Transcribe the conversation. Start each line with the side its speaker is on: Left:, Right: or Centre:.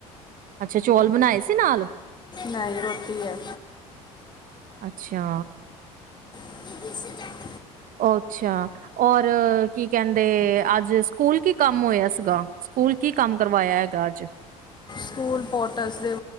Right: ਅੱਛਾ, ਚੌਲ ਬਣਾਏ ਸੀ ਨਾਲ
Left: ਨਹੀਂ ਰੋਟੀ ਹੈ
Right: ਅੱਛਾ
Left: <inaudible>
Right: ਅੱਛਾ ਔਰ, ਕੀ ਕਹਿੰਦੇ, ਅੱਜ ਸਕੂਲ ਕੀ ਕੰਮ ਹੋਇਆ ਸੀਗਾ, ਸਕੂਲ ਕੀ ਕੰਮ ਕਰਵਾਇਆ ਹੈਗਾ ਅੱਜ
Left: ਸਕੂਲ ਪੋਟਸ ਦੇ